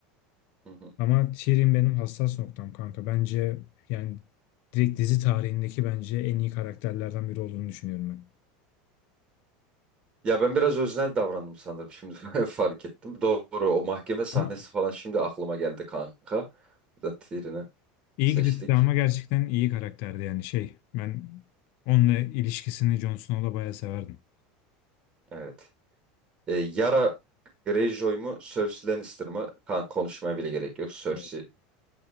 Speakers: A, on the right; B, on the left.
A: Hı hı.
B: Ama Tyrion benim hassas noktam kanka. Bence yani direkt dizi tarihindeki bence en iyi karakterlerden biri olduğunu düşünüyorum ben.
A: Ya ben biraz öznel davrandım sanırım şimdi <laughs> fark ettim. Doğru o mahkeme sahnesi
B: Ama
A: falan şimdi aklıma geldi kanka. Buradan Tyrion'u
B: Ygritte
A: seçtik.
B: de ama gerçekten iyi karakterdi yani şey. Ben onunla ilişkisini Jon Snow'la bayağı severdim.
A: Evet. Ee, Yara Greyjoy mu Cersei Lannister mı? Kanka konuşmaya bile gerek yok. Cersei.
B: Evet.